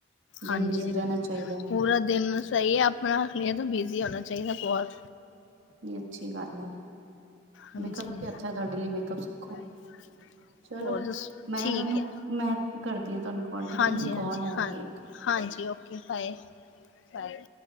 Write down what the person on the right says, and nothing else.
ਦਿਨ
ਬਿਜ਼ੀ ਰਹਿਣਾ ਚਾਹੀਦਾ ਹੈ
ਨਹੀਂ ਅੱਛੀ ਗੱਲ ਆ,
ਮੇਕਅੱਪ ਵੀ ਅੱਛਾ ਤੁਹਾਡੇ ਲਈ, ਮੇਕਅੱਪ ਸਿੱਖੋ।
ਚਲੋ
ਮੈਂ ਨਾ
ਤੁਹਾਨੂੰ
ਮੈਂ ਕਰਦੀ ਹਾਂ ਤੁਹਾਨੂੰ ਕਾਲ ਠੀਕ
ਹੈ ਮੈਨੂੰ
ਕਾਲ ਆ ਰਹੀ
ਹੈ ਇੱਕ